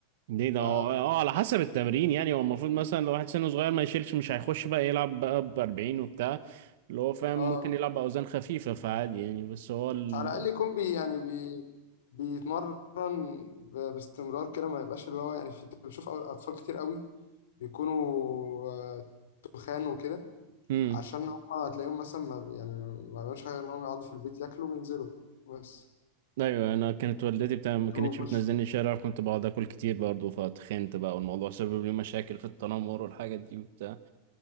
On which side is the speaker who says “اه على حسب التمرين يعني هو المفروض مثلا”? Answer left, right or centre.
Right